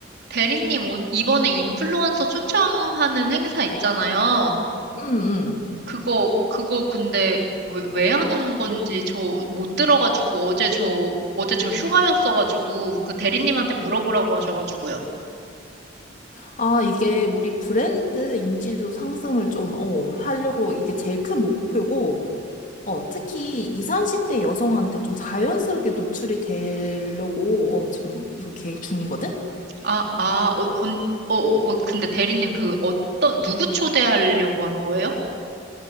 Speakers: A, on the right; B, on the left.
A: 대리님, 오- 이번에 인플루언서 초청하는 행사 있잖아요.
B: 음, 음.
A: 그거, 그거 근데 왜, 왜 하는 건지 저 못 들어가지고 어제 저, 어제 저 휴가였어가지고 그 대리님한테 물어보라고 하셔가지고요.
B: 아, 이게 우리 브랜드 인지도 상승을 좀, 어, 하려고 이게 제일 큰 목표고, 어, 특히 20, 30대 여성한테 좀 자연스럽게 노출이 되려고, 어, 지금 이거 계획 중이거든?
A: 아, 아, 어, 언- 어, 어, 근데 대리님 그 어떤, 누구 초대하려고 하는 거예요?